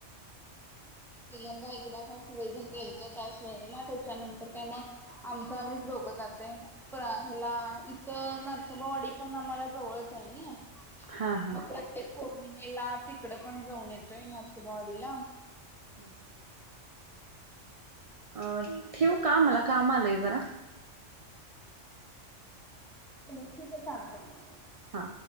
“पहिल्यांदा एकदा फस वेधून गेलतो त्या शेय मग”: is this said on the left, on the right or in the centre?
Centre